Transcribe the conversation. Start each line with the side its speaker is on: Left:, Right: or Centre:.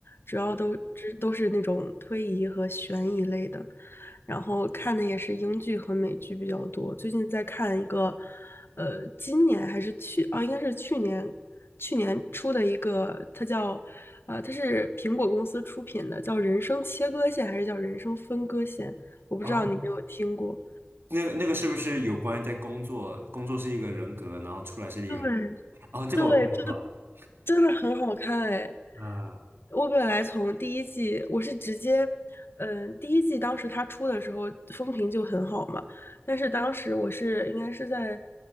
Left: 主要都只都是那种推移和悬疑类的，然后看的也是英剧和美剧比较多。最近在看一个，呃，今年还是去啊，应该是去年去年出的一个，它叫呃，它是苹果公司出品的，叫《人生切割线》还是叫《人生分割线》，我不知道你有没有听过。
Right: 哦，那个那个是不是有关在工作？工作是一个人格，然后出来是一个人
Left: 对
Right: 哦，这个我看过了。
Left: 对，这真的很好看哎！
Right: 啊、
Left: 我本来从第一季，我是直接，嗯，第一季当时它出的时候风评就很好嘛，但是当时我是应该是在，